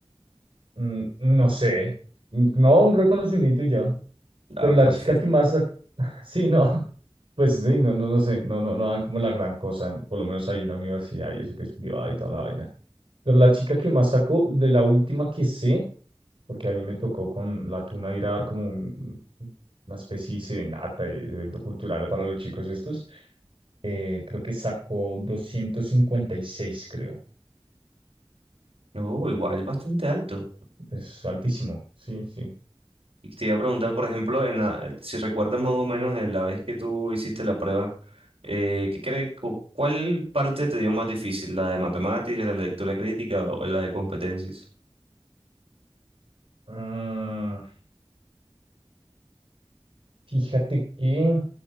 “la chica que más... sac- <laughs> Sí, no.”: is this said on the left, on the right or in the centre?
Right